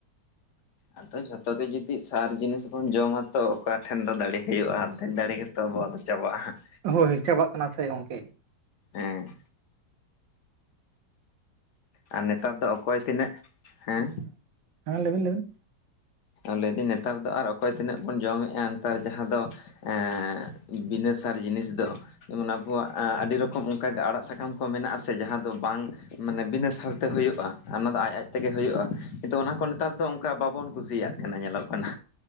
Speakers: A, on the left; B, on the right.
A: ᱟᱫᱚ ᱡᱷᱚᱛᱚ ᱜᱮ ᱡᱩᱫᱤ ᱥᱟᱨ ᱡᱤᱱᱤᱥ ᱵᱚᱱ ᱡᱚᱢᱟ ᱛᱚ ᱚᱠᱟ ᱴᱷᱮᱱ ᱫᱚ ᱫᱟᱲᱮ ᱦᱩᱭᱩᱜᱼᱟ, ᱚᱫᱫᱷᱮᱠ ᱫᱟᱲᱮ ᱜᱮᱛᱚ ᱟᱵᱚᱣᱟᱜ ᱫᱚ ᱪᱟᱵᱟᱜᱼᱟ ᱦᱟᱸᱜ᱾
B: ᱦᱳᱭ ᱪᱟᱵᱟᱜ ᱠᱟᱱᱟ ᱥᱮ ᱜᱚᱝᱠᱮ᱾
A: ᱦᱮᱸ᱾ ᱟᱨ ᱱᱮᱛᱟᱨ ᱫᱚ ᱚᱠᱚᱭ ᱛᱤᱱᱟᱹᱜ, ᱦᱮᱸ?
B: ᱦᱮᱸ ᱞᱟᱹᱭ ᱵᱤᱱ ᱞᱟᱹᱭ ᱵᱤᱱ᱾
A: ᱞᱟᱹᱭ ᱫᱟᱹᱧ ᱱᱮᱛᱟᱨ ᱫᱚ ᱟᱨ ᱚᱠᱚᱭ ᱛᱤᱱᱟᱹᱜ ᱵᱚᱱ ᱡᱚᱢᱮᱜᱼᱟ ᱱᱮᱛᱟᱨ ᱡᱟᱦᱟᱸ ᱫᱚ ᱮᱸ ᱵᱤᱱᱟᱹ ᱥᱟᱨ ᱡᱤᱱᱤᱥ ᱫᱚ᱾ ᱡᱮᱢᱚᱱ ᱟᱵᱚᱣᱟᱜ ᱟ ᱟᱹᱰᱤ ᱨᱚᱠᱚᱢ ᱚᱱᱠᱟᱜᱮ ᱟᱲᱟᱜ ᱥᱟᱠᱟᱢ ᱠᱚ ᱢᱮᱱᱟᱜ-ᱟ ᱥᱮ ᱡᱟᱦᱟᱸ ᱫᱚ ᱵᱟᱝ ᱢᱟᱱᱮ ᱵᱤᱱᱟᱹ ᱥᱟᱨᱛᱮ ᱦᱩᱭᱩᱜᱼᱟ ᱟᱨ ᱚᱱᱟ ᱫᱚ ᱟᱡ ᱟᱡ ᱛᱮᱜᱮ ᱦᱩᱭᱩᱜᱼᱟ, ᱠᱤᱱᱛᱩ ᱚᱱᱟ ᱠᱚ ᱱᱮᱛᱟᱨ ᱫᱚ ᱚᱱᱠᱟ ᱵᱟ ᱵᱚᱱ ᱠᱩᱥᱤᱭᱟᱜ ᱠᱟᱱᱟ ᱧᱮᱞᱚᱜ ᱠᱟᱱᱟ᱾